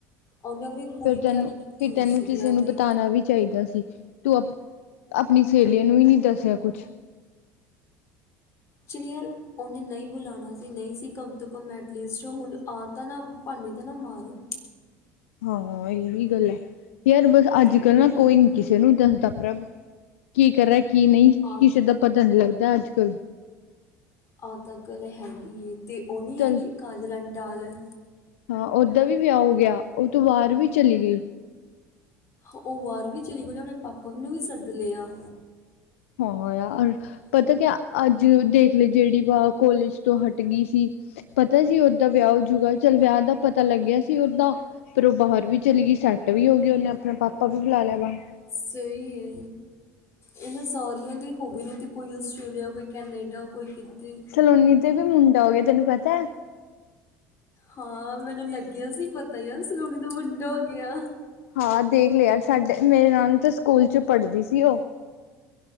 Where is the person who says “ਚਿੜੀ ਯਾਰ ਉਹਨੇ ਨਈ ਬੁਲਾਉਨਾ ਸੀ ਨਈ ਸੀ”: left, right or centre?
Left